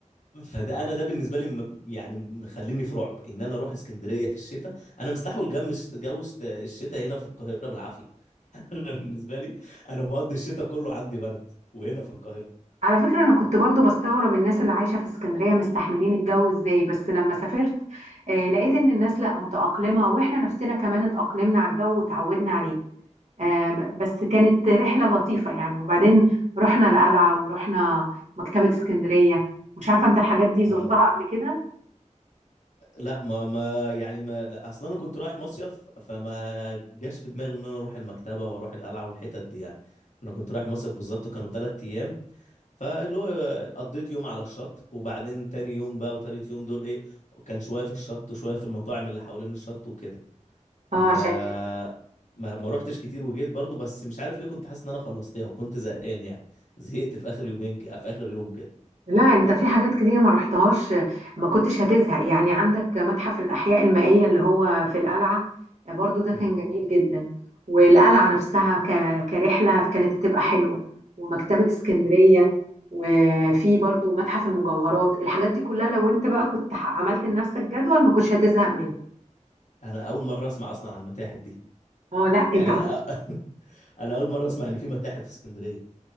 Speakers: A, on the left (about 65°); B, on the right (about 65°).
A: فده انا ده بالنسبه لي م- يعني مخليني في رعب ان انا اروح اسكندريه في الشتاء انا مستحول جو الش- جو الشت- الشتاء هنا في القاهره بالعافيه <laughs> يعني انا بالنسبه لي انا بقضي الشتاء كله عندي برد وهنا في القاهره
B: على فكرة أنا كنت برضو بستغرب الناس اللي عايشة في اسكندرية مستحملين الجو إزاي بس لما سافرت آه، لقيت إن الناس لأ متأقلمة وإحنا نفسنا كمان اتأقلمنا على الجو وتعودنا عليه آه، ب- بس كانت رحلة لطيفة يعني وبعدين رحنا القلعة ورحنا مكتبة اسكندرية مش عارفة أنت الحاجات دي زرتها
A: اه
B: قبل كده؟
A: لا ما ما يعني ما لا اصلا انا كنت رايح مصيف فما جاش في دماغي ان انا اروح المكتبه واروح القلعه والحتت دي يعني انا كنت رايح مصيف بالظبط كانوا ثلاث ايام فاللي هو قضيت يوم على الشط وبعدين تاني يوم بقى وتالت يوم دول ايه كان شوية في الشط وشوية في المطاعم اللي حوالين الشط وكده
B: اه
A: ما
B: عشان كده
A: ما ما روحتش كتير وجيت برضو بس مش عارف ليه كنت حاسس ان انا خلصتها وكنت زهقان يعني زهقت في اخر يومين في اخر يوم كده
B: لا انت في حاجات كتير ما رحتهاش ما كنتش هتزهق يعني عندك متحف الأحياء المائية اللي هو في القلعة برضو ده كان
A: امم
B: جميل جدا والقلعة نفسها ك- كرحلة كانت هتبقى حلوة ومكتبة اسكندرية وفي برضو متحف المجوهرات الحاجات دي كلها لو انت بقى كنت ح- عملت لنفسك جدول ما كنتش هتزهق منها
A: انا اول مرة اسمع اصلا عن المتاحف دي
B: اه لا انت
A: يعني انا <laughs> انا اول مرة اسمع ان في متاحف في اسكندرية